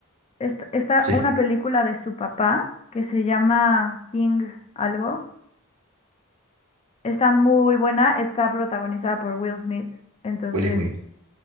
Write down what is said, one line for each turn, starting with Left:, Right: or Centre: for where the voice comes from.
Left: Está, está
Right: Sí,
Left: una película de su papá que se llama King algo. Está muy buena. Está protagonizada por Will Smith. Entonces.
Right: Will Smith.